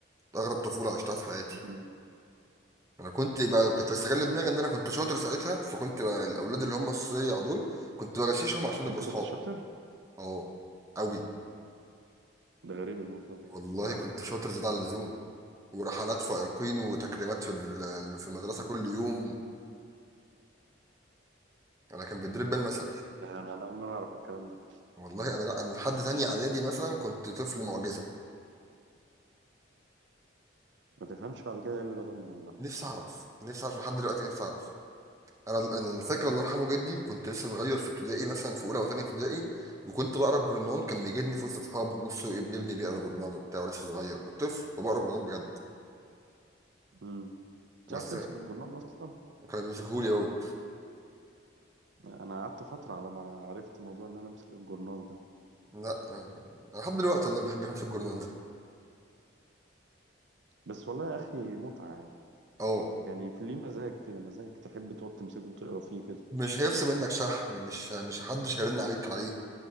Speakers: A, on the right; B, on the right.
A: اغرب طفوله عشتها في حياتي
B: أمم.
A: انا كنت بقى كنت بستغل دماغي ان انا كنت شاطر ساعتها فكنت بقى الاولاد اللي هم الصيع دول كنت بغششهم عشان نبقى
B: انت
A: اصحاب
B: كنت شاطر؟
A: اه قوي
B: ده غريب الموضوع ده
A: والله كنت شاطر زياده عن اللزوم ورحلات فائقين وتكريمات في ال- في المدرسه كل يوم انا كان بيدرب بيا المثل
B: ده انا انا اول مرة اعرف الكلام ده
A: والله انا لا انا لحد تانية اعدادي مثلا كنت طفل معجزه
B: ما تفهمش بعد كده ايه اللي جرالنا والله
A: نفسي اعرف نفسي اعرف لحد دلوقتي نفسي اعرف انا يعني فاكر الله يرحمه جدي كنت لسه صغير في ابتدائي مثلا في اولى او تانية ابتدائي وكنت بقرا الجورنان كان بيجدني في وسط اصحابه بص ابن ابني بيقرا جورنان وبتاع ولسه صغير كنت طفل وبقرا جورنان بجد
B: امم
A: بس
B: تعرف تمسك الجورنال اصلا
A: وكان بيمسكهولي هو
B: انا قعدت فترة على ما عرفت موضوع ان انا امسك الجورنال ده
A: لا يعني أنا لحد دلوقتي والله ما بحبش امسك الجورنان ده
B: بس والله يا اخي متعة يعني
A: اه
B: يعني في- ليه مزاج كده مزاج تحب تقعد تمسكه وتقرا فيه كده
A: مش هيفصل منك شحن مش مش حدش هيرن عليك عليه